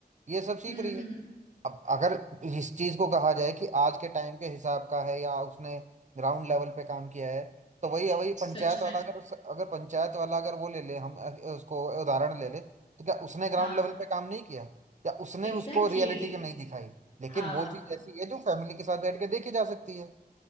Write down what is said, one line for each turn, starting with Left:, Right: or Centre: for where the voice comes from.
Right: ये सब सीख
Left: हम्म
Right: रही है
Left: हम्म
Right: अब अगर इस चीज को कहा जाए कि आज के टाइम के हिसाब का है या उसने ग्राउंड लेवल पे काम किया है तो वही है वही पंचायत
Left: सच में
Right: वाला अगर उस- अगर पंचायत वाला अगर वो ले ले हम अ, उसको उदाहरण ले ले तो क्या उसने ग्राउंड
Left: हाँ
Right: लेवल पे काम नहीं किया या उसने
Left: एग्जैक्टली
Right: उसको रियलिटी
Left: exactly,
Right: जो नहीं दिखाई लेकिन
Left: हाँ
Right: वो चीज ऐसी है जो फैमिली के साथ बैठ के देखी जा सकती है